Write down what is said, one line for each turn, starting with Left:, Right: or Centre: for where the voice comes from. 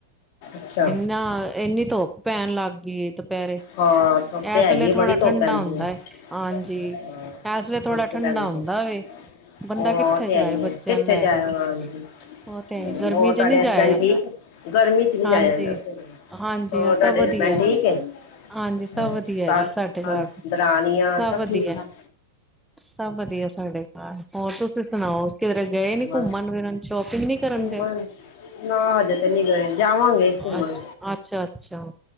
Left: ਅੱਛਾ।
Centre: ਨਾ ਐਨੀ ਧੁੱਪ ਪੈਣ ਲੱਗ ਗਈ ਏ ਦੁਪੈਰੇ
Left: ਹਾਂ ਧੁੱਪ ਤੇ
Centre: ਐਸ
Left: ਹੈਗੀ
Centre: ਲੇ
Left: ਹੈ
Centre: ਥੋੜਾ
Left: ਬੜੀ ਧੁੱਪ
Centre: ਠੰਡਾ
Left: ਪੈਂਦੀ
Centre: ਹੁੰਦਾ
Left: ਹੈ
Centre: ਏ, ਆਜੀ।
Left: ਹਾਂ,
Centre: ਐਸ ਲੇ
Left: ਧੁੱਪ
Centre: ਥੋੜਾ ਠੰਡਾ
Left: ਤੇ ਪੈਂਦੀ
Centre: ਹੁੰਦਾ
Left: ਹੈ
Centre: ਵੇ,
Left: ਹਾਂ
Centre: ਬੰਦਾ
Left: ਉਹ
Centre: ਕੀਥੇ
Left: ਤੇ
Centre: ਜਾਏ
Left: ਹੈ ਹੀ
Centre: ਬੱਚੇਆਂ
Left: ਹੈ ਕਿੱਥੇ
Centre: ਨੂੰ ਲੈ
Left: ਜਾਇਆ
Centre: ਕੇ।
Left: ਹਾਂਜੀ
Centre: ਓ ਤੇ ਹੈ ਈ ਗਰਮੀ
Left: ਹੋਰ ਤੁਹਾਡੇ
Centre: ਚ ਨੀ ਜਾਏਆ
Left: ਹਸਬੈਂਡ ਠੀਕ
Centre: ਜਾਦਾ,
Left: ਹੈ? ਗਰਮੀ ਚ ਨਹੀਂ
Centre: ਹਾਂਜੀ।
Left: ਜਾਇਆ ਜਾਂਦਾ ਤੇ।
Centre: ਹਾਂਜੀ
Left: ਹੋਰ
Centre: ਹਾਂ ਸਭ
Left: ਤੁਹਾਡੇ
Centre: ਵਦੀਐ
Left: ਹਸਬੈਂਡ ਠੀਕ ਹੈ
Centre: ਹਾਂਜੀ
Left: ਅੱਛਾ,
Centre: ਸਭ ਵਦੀਐ ਜੀ
Left: ਸੱਸ
Centre: ਸਾਡੇ ਘਰ,
Left: ਦਰਾਣੀਆਂ
Centre: ਸਭ ਵਦੀਐ
Left: ਠੀਕ ਠਾਕ
Centre: ਸਭ ਵਦੀਐ ਸਾਡੇ ਘਰ, ਹੋਰ ਤੁਸ ਸਣਾਓ ਕੀਦਰੇ ਗਏ ਨੀ
Left: ਬਸ
Centre: ਘੁਮਨ ਫੀਰਨ ਸ਼ੋਪੀਂਗ ਨੀ ਕਰਨ
Left: ਘੁੰਮਣ
Centre: ਗਏ?
Left: ਨਾ ਹਜ਼ੇ ਤੇ ਨੀ ਗਏ ਜਾਵਾਂਗੇ ਘੁਮਨ
Centre: ਅੱਛਾ, ਅੱਛਾ, ਅੱਛਾ,